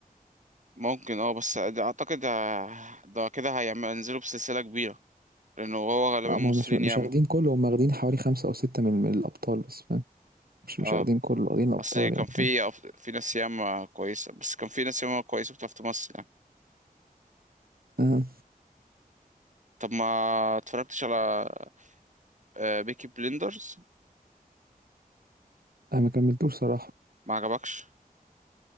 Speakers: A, on the right; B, on the right.
A: ممكن اه بس ده اعتقد ه- ده كده هيعمل ينزلوا بسلسلة كبيرة لانه هو غالبا
B: هما
A: مسلمين
B: مش مش
A: ياما
B: واخدين كله هما واخدين حوالي خمسة أو ستة من, من الأبطال بس فاهم مش مش
A: اه
B: واخدين كله واخدين الأبطال
A: اصل كان
B: يعني
A: في
B: فاهم
A: في ناس ياما كويسة بس كان في ناس ياما كويسة بتعرف تمثل يعني
B: آه.
A: طب ما اتفرجتش على آه، بيكي بليندرز
B: انا ما كملتوش صراحه
A: ما عجبكش